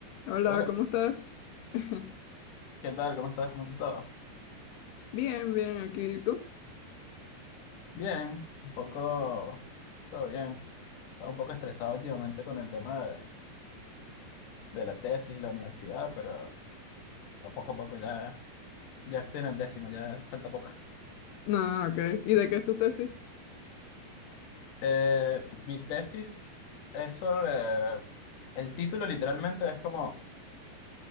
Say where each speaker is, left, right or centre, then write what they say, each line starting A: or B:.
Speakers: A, on the left; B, on the left.
A: Hola,
B: Hola,
A: ¿cómo estás? <laughs>
B: ¿qué tal? ¿Cómo estás? ¿Cómo está todo?
A: Bien, bien, aquí. ¿Y tú?
B: Bien, un poco, todo bien. Estaba un poco estresado últimamente con el tema de, de la tesis, la universidad, pero, pero poco a poco ya, ya estoy en el décimo, ya falta poco.
A: No, ok. ¿Y de qué es tu tesis?
B: Eh, mi tesis es sobre, el título literalmente es como,